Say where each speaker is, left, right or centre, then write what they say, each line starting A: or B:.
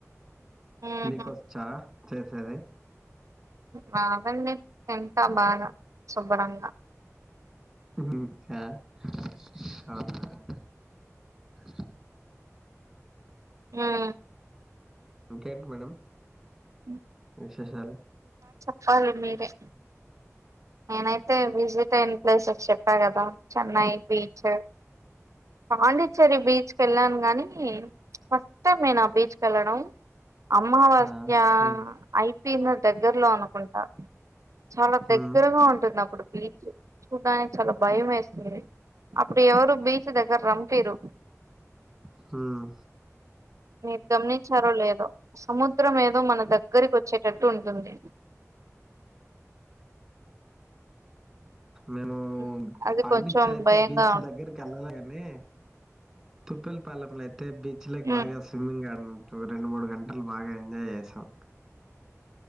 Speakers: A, on the right; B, in the centre.
A: ఉహు
B: మీకు వచ్చా సరే సరే
A: రావండి తింటా బాగా శుభ్రంగా
B: అవునా
A: హ్మ్
B: ఇంకేంటి మేడం
A: అ
B: విశేషాలు
A: చెప్పాలి మీరే నేనైతే విజిట్ అయిన ప్లేసెస్ చెప్పాను కదా చెన్నై బీచ్ పాండిచ్చేరి బీచ్ వెళ్ళాను కానీ ఫస్ట్ టైం నేను ఆ బీచ్కి వెళ్ళడం అమావాస్య
B: ఆ, ఉమ్,
A: ఐ పిన్న దగ్గర్లో అనుకుంటా చాలా దే
B: ఉమ్,
A: ఉంటుంది అప్పుడు బీచ్ చూడడానికి చాలా భయం వేస్తుంది ఇప్పుడు ఎవరు బీచ్ దగ్గర రాంపిరు
B: హ్మ్మ్
A: మీరు గమనించారో లేదో సముద్రం ఏదో మన దగ్గరికి వచ్చేటట్టు ఉంటుంది
B: నేను
A: హ్మ్. అది
B: పండితులయితే
A: కొంచెం భయంగా
B: బీచ్
A: ఉంటుంది.
B: దగ్గరికి వెళ్ళాల మే తుప్పల్ పాలంలే తె బీచ్ లోకి
A: హ్మ్
B: బాగాస్ స్విమింగ్ గార్డన్ రెండు మూడు గంటలు బాగా ఎంజాయ్ చేసాం